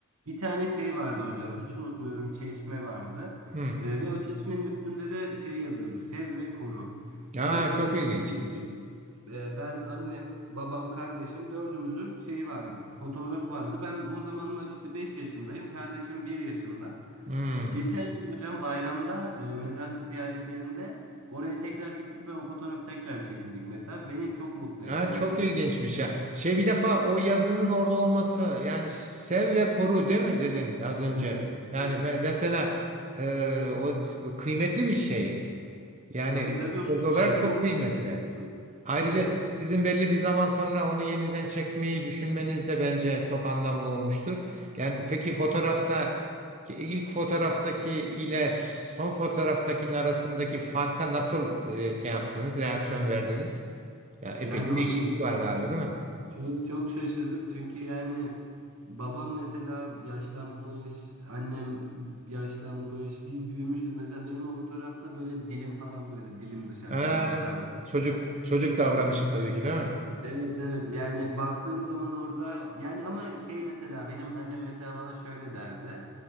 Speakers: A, on the right; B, on the right.
A: bir tane şey vardı hocam. Hiç unutmuyorum. Çeşme vardı.
B: Hı.
A: Ee, ve o çeşmenin üstünde de şey yazıyordu. Sev ve koru.
B: Ya
A: Bizim
B: çok
A: böyle
B: ilginç.
A: dördümüzün e, ben, annem, babam, kardeşim dördümüzün şeyi vardı. Fotoğrafı vardı. Ben o zamanlar işte 5 yaşındayım. Kardeşim bir yaşında.
B: Hı.
A: Geçen gün hocam bayramda e, mezarlık ziyaretlerinde oraya tekrar gittik ve o fotoğrafı tekrar çekindik mesela. Beni çok mutlu etti
B: Ya
A: bu
B: çok
A: durum.
B: ilginçmiş ya. Şey bir defa o yazının orada olması yani sev ve koru değil mi dedin az önce?
A: Evet,
B: Yani
A: evet.
B: me- mesela e, o t- kıymetli bir şey. Yani
A: Tabii tabii hocam
B: söz olarak
A: yani çok
B: çok kıymetli.
A: güzel bir şey.
B: Ayrıca
A: Tabii.
B: sizin belli bir zaman sonra onu yeniden çekmeyi düşünmeniz de bence çok anlamlı olmuştur. Yani peki fotoğrafta ilk fotoğraftaki ile son fotoğraftakinin arasındaki farka nasıl e, şey yaptınız, reaksiyon verdiniz? Ya epeyce
A: Yani hocam
B: değişiklik
A: çok
B: var galiba, değil mi?
A: çok çok şaşırdık çünkü yani babam mesela yaşlanmış, annem yaşlanmış, biz büyümüşüz. Mesela benim o fotoğrafta böyle dilim falan böyle dilim dışarı
B: Ha,
A: dilimi çıkarmış
B: çocuk
A: falan.
B: çocuk davranışı tabii ki değil mi?
A: Evet evet yani baktığım zaman orada yani ama şey mesela benim annem mesela bana şöyle derdi.